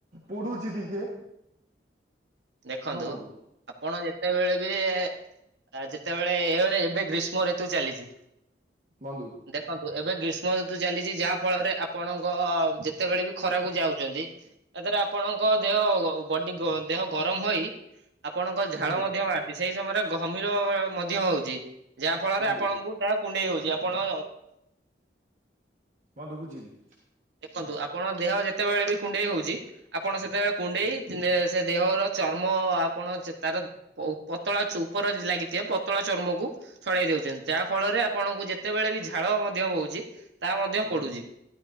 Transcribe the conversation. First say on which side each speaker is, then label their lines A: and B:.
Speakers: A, on the right (about 45°); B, on the right (about 75°).
A: ପଡ଼ୁଛି ଟିକେ।
B: ଦେଖନ୍ତୁ
A: ହଁ ବନ୍ଧୁ
B: ଆପଣ ଯେତେବେଳେ ବି ଆଉ ଯେତେବେଳେ ଏ ଏବେ ଗ୍ରୀଷ୍ମ ଋତୁ ଚାଲିଛି।
A: ବନ୍ଧୁ।
B: ଦେଖନ୍ତୁ ଏବେ ଗ୍ରୀଷ୍ମ ଋତୁ ଚାଲିଛି ଯାହା ଫଳରେ ଆପଣଙ୍କ ଯେତେବେଳେ ବି ଖରାକୁ ଯାଉଛନ୍ତି। ତା ଦେହରେ ଆପଣଙ୍କ ଦେହ ବଡି ଦେହ ଗରମ ହୋଇ ଆପଣଙ୍କ ଝାଳ
A: ବନ୍ଧୁ
B: ମଧ୍ୟ ଆଛି ସେଇ ସମୟରେ ଘମୀର ମଧ୍ୟ ହଉଛି। ଯାହା ଫଳରେ
A: ବନ୍ଧୁ
B: ଆପଣଙ୍କୁ ତାହା କୁଣ୍ଡେଇ ହଉଛି ଆପଣ
A: ବନ୍ଧୁ ବୁଝିଲି।
B: ଦେଖନ୍ତୁ ଆପଣ ଦେହ ଯେତେବେଳେ ବି କୁଣ୍ଡେଇ ହଉଛି ଆପଣ ସେତେବେଳେ କୁଣ୍ଡେଇ ସେ ଦେହର ଚର୍ମ ଆପଣ ତାର ପ ଉ ପତଳା ଉପର ଲାଗିଥିବ ପତଳା ଚର୍ମକୁ ଛଡେଇ ଦଉଛନ୍ତି ଯାହା ଫଳରେ ଆପଣଙ୍କୁ ଯେତେବେଳେ ବି ଝାଳ ମଧ୍ୟ ବହୁଛି ତା ମଧ୍ୟ
A: ବନ୍ଧୁ
B: ପଡୁଛି।